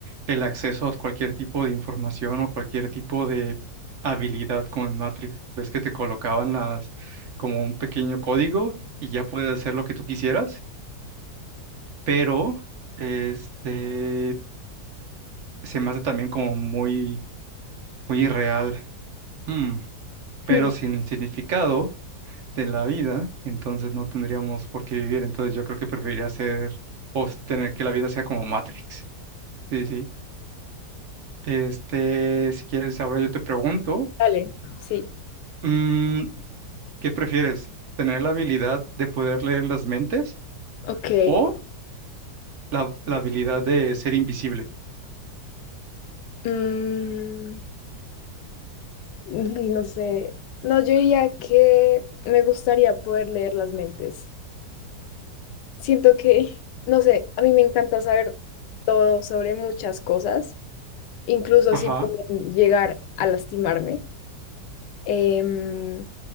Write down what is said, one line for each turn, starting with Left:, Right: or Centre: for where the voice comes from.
Right: el acceso a cualquier tipo de información o cualquier tipo de habilidad como en Matrix. Ves que te colocaban las como un pequeño código y ya puedes hacer lo que tú quisieras, pero este se me hace también como muy muy irreal. Mm,
Left: <laughs>
Right: pero
Left: Hmm,
Right: sin el significado de la vida, entonces no tendríamos por qué vivir. Entonces yo creo que preferiría hacer o tener que la vida sea como Matrix. Sí, sí. Este, si quieres, ahora yo te pregunto,
Left: Dale, sí.
Right: mm, ¿qué prefieres? ¿Tener la habilidad de poder leer las mentes
Left: Ok.
Right: o la, la habilidad de ser invisible?
Left: Mm, y no sé. No, yo diría que me gustaría poder leer las mentes. Siento que, <laughs> no sé, a mí me encanta saber todo sobre muchas cosas incluso
Right: Ajá.
Left: sí pueden llegar a lastimarme. Em,